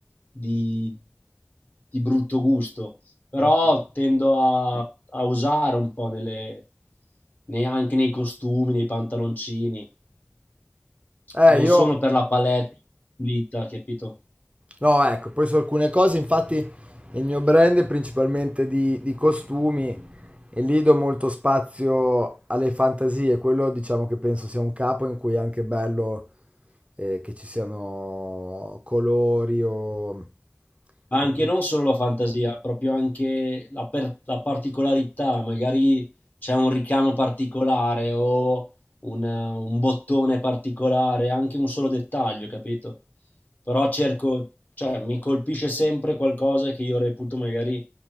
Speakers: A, on the left (about 40°); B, on the right (about 30°).
A: di, di brutto gusto, però
B: Ok.
A: tendo a, a usare un po' nelle, nei- anche nei costumi, nei pantaloncini
B: Eh,
A: non
B: io
A: solo per la palette pulita, capito?
B: No, ecco, poi su alcune cose, infatti, il mio brand è principalmente di, di costumi e lì do molto spazio alle fantasie. Quello diciamo che penso sia un capo in cui è anche bello eh, che ci siano colori o...
A: Ma
B: o-
A: anche non solo la fantasia, proprio anche la, per- la particolarità, magari c'è un ricamo particolare o un, eh, un bottone particolare, anche un solo dettaglio, capito? Però cerco, cioè mi colpisce sempre qualcosa che io reputo magari